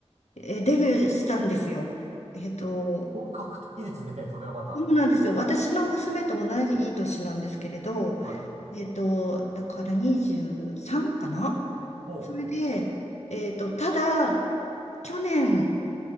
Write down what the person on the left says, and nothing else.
えーデビューしたんですよ。えっと、
そうなんですよ。私の娘と同じいい年なんですけれど、
えっと、だから23かな
それで、えっと、ただ、去年、